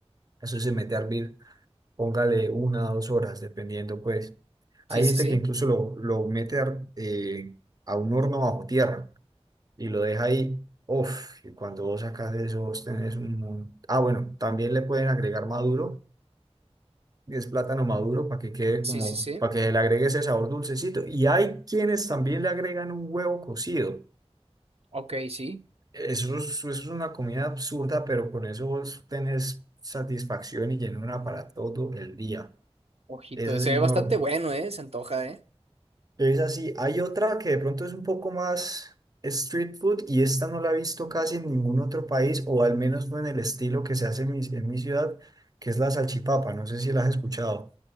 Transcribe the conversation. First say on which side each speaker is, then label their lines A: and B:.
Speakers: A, on the right (about 35°); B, on the right (about 65°).
A: Eso se mete a hervir, póngale una o dos horas, dependiendo pues.
B: Sí,
A: Hay
B: sí,
A: gente
B: sí.
A: que incluso lo, lo mete a, her- eh, a un horno bajo tierra y lo deja ahí. Uf, y cuando vos sacas eso, vos tenés un... mon- Ah, bueno, también le pueden agregar maduro y es plátano maduro para que quede
B: Sí,
A: como,
B: sí, sí.
A: para que le agregue ese sabor dulcecito. Y hay quienes también le agregan un huevo cocido.
B: Ok, sí.
A: Eso es, eso es una comida absurda, pero con eso vos tenés satisfacción y llenura para todo el día.
B: Ojito,
A: Esa es
B: se
A: enorme.
B: ve bastante bueno, ¿eh? Se antoja, ¿eh?
A: Es así. Hay otra que de pronto es un poco más street food y esta no la he visto casi en ningún otro país, o al menos no en el estilo que se hace en mi, en mi ciudad, que es la salchipapa. No sé si la has escuchado.